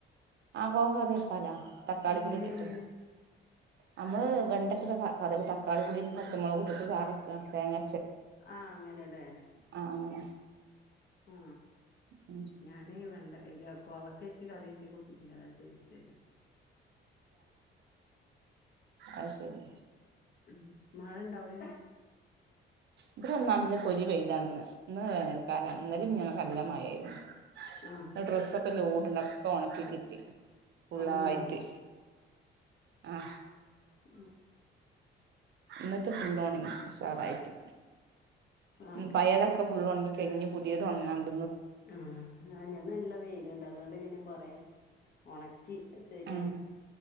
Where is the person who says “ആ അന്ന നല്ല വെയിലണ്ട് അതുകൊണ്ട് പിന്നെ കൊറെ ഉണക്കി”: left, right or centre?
Left